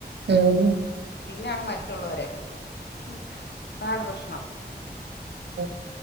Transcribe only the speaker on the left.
പിന്നെയാണ് മറ്റുള്ളവരെ ഉം അതാണ് പ്രശ്നം